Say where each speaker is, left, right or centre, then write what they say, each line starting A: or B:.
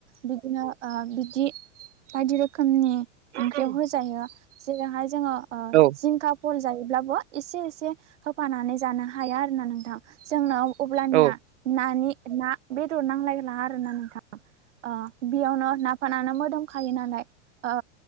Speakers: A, on the right; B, on the right.
A: बिदिनो ओ बिदि बायदि रोखोमनि ओंख्रियाव
B: औ
A: होजायो जेरैहाय जोङो ओ
B: औ
A: जिंखा फल जायोब्लाबो एसे एसे होफानानै जानो हायो आरो ना नोंथां। जोंनाव अब्लानिया
B: औ
A: नानि ना बेदर नांलायला आरोना नोंथां। ओ बेयावनो नाफानानो मोदोमखायो नालाय। ओ